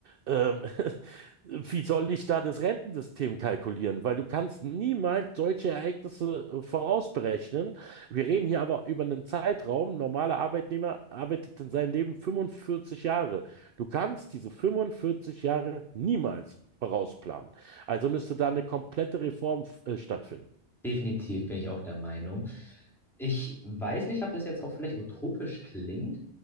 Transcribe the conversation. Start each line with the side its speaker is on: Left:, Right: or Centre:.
Right: Ähm, <laughs> wie soll ich da das Rentensystem kalkulieren? Weil du kannst niemals solche Ereignisse äh, vorausberechnen. Wir reden hier aber über einen Zeitraum. Ein normaler Arbeitnehmer arbeitet in seinem Leben 45 Jahre. Du kannst diese 45 Jahre niemals vorausplanen. Also müsste da eine komplette Reform äh, stattfinden.
Centre: Definitiv bin ich auch der Meinung. Ich weiß nicht, ob das jetzt auch vielleicht utopisch klingt.